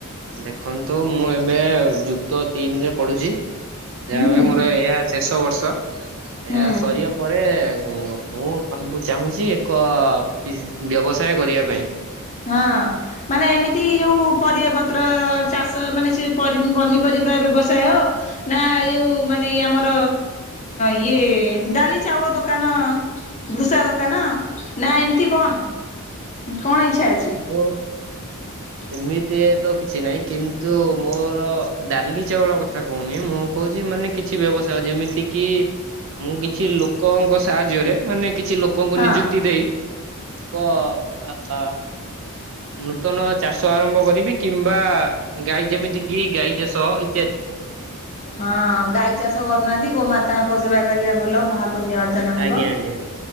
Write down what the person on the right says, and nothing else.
ଦେଖନ୍ତୁ ମୁଁ ଏବେ ଯୁକ୍ତ ତିନରେ ପଢୁଛି
ଯାହା ମୋର ଏହା ଶେଷ ବର୍ଷ ଏହା
ସରିବା ପରେ ମୁଁ ମୁଁ ଭାବୁଚି ଚାହୁଁଛି ଏକ ବି ଆ ବ୍ୟବସାୟ କରିବା ପାଇଁ।
<unintelligible>
ସେମିତି ତ କିଛି ନାହିଁ କିନ୍ତୁ ମୋର ଡାଲି, ଚାଉଳ କଥା କହୁନି ମୁଁ କହୁ ଯେ ମାନେ କିଛି ବ୍ୟବସାୟ ଯେମିତି କି ମୁଁ କିଛି ଲୋକଙ୍କ ସାହାଯ୍ୟରେ ମାନେ କିଛି ଲୋକଙ୍କୁ
ନିଯୁକ୍ତି ଦେଇ ଏକ ଆ ନୂତନ ଚାଷ ଆରମ୍ଭ କରିବି କିମ୍ବା ଗାଈ ଯେମିତି କି ଗାଈ ଚାଷ ଏଇ
ଆଜ୍ଞା ଆଜ୍ଞା